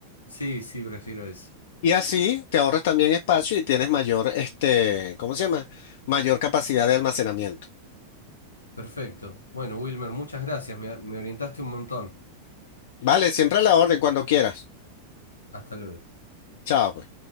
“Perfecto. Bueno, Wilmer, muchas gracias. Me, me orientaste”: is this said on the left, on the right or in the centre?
Left